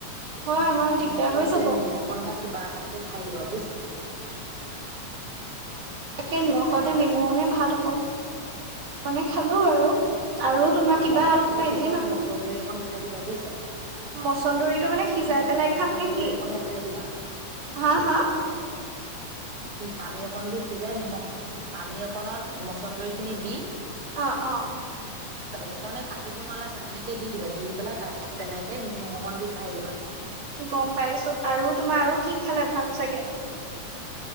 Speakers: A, on the right; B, on the right.
A: উ
B: হয় আমাৰ
A: নিমখত
B: দিগদাৰ হৈ
A: দিয়া
B: যাব
A: নিমখ অকন বা কিবা অকনকে খাই দিবা বুজিছা
B: তাকে নিমখে
A: হেল্ল'
B: নেমু ভাত অক মানে খালো আৰু আৰু তোমাৰ কিবা
A: অ
B: আৰু
A: হ'লেও
B: কিবা
A: পিছত
B: দিলে না
A: মচন্দৰী অকন খাই দিব বুজিছা
B: মচন্দৰীটো মানে সিজাই
A: মচ
B: পেলাই
A: মচন্দৰী
B: খাম নেকি
A: অকনে খাই দিবা।
B: হা হা <inaudible>
A: অ সিজ পানী অকণ দি সিজাই নিমখ অ পানী অকনত মচন্দৰী খিনি দি
B: অ অ
A: তেনেকে মানে কাটিব নালাগে আৰু তেনেকে দি দিবা দি পেলাই তাৰ পিছত তেনেকে নিমখ অকণ দি খাই দিবা
B: গম পাইছো আৰু তোমাৰ আৰু কি খালে ভাল চাগে